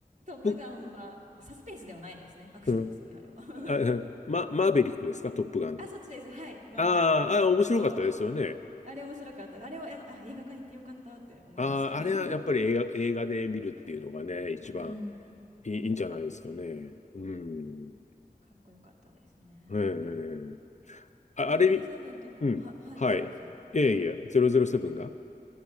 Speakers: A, on the right; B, on the left.
A: トップガンはサスペンスではないですね。
B: ぶ
A: アクションですよね、
B: うん。
A: あれは。<laughs>
B: あうんマ、マーベリックですかトップガンの。
A: あ、そっちです。はい。マーヴェリックの方です。
B: あーあー、面白かったですよね。
A: おお、あれ面白かった。あれは、あの、あ、映画館行ってよかったって思いました。
B: ああ、あれはやっぱり映画、
A: <laughs>
B: 映画で見るっていうのがね、一番
A: うん、
B: いい、
A: うん。
B: いいんじゃないですかね。うん。
A: かっこよかったですね。
B: ええ
A: 007とかも、
B: あ、あれみ、うん。
A: は、はい、
B: はい。
A: すいません。
B: いやいや、ゼロゼロセブンが。